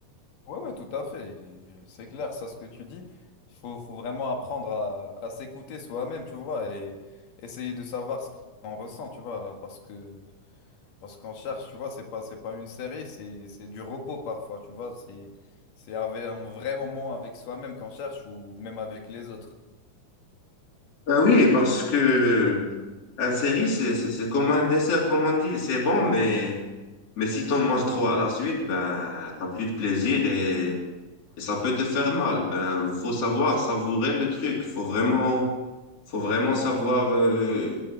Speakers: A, on the left; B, on the left.
A: Ouais, ouais, tout à fait. Et C'est clair, ça, ce que tu dis. faut, faut vraiment apprendre à, à s'écouter soi-même, tu vois, et essayer de savoir ce qu'on ressent, tu vois, parce que, parce qu'on cherche, tu vois, c'est pas, c'est pas une série, c'est, c'est du repos parfois, tu vois. C'est, c'est avec- un vrai moment avec soi-même qu'on cherche ou même avec les autres.
B: Ben oui parce que un série c'est c'est c'est comme un dessert comme on dit c'est bon mais mais si t'en manges trop à la suite ben t'as plus de plaisir et, et ça peut te faire mal ben faut savoir savourer le truc faut vraiment faut vraiment savoir, euh,